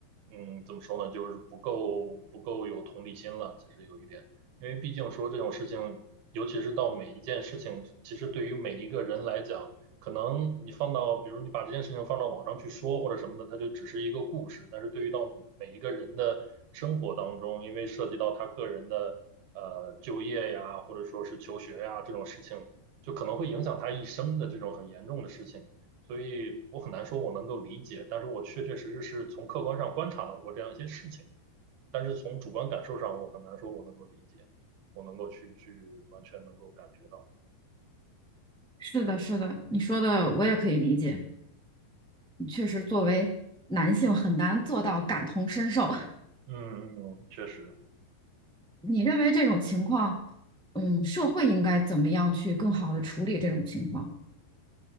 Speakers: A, on the right; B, in the centre.
A: 嗯，怎么说呢，就是不够不够有同理心了，其实有一点。因为毕竟说这种事情，尤其是到每一件事情，其实对于每一个人来讲，可能你放到，比如你把这件事情放到网上去说或者什么的，它就只是一个故事。但是对于到每一个人的生活当中，因为涉及到他个人的呃就业呀，或者说是求学呀这种事情，就可能会影响他一生的这种很严重的事情。所以我很难说我能够理解，但是我确确实实是从客观上观察到过这样一些事情，但是从主观感受上，我很难说我能够理解，我能够去去完全能够感觉到。
B: 是的，是的，你说的我也可以理解。确实，作为男性很难做到感同身受。
A: 嗯嗯，嗯确实。
B: <laughs> 你认为这种情况，嗯，社会应该怎么样去更好的处理这种情况？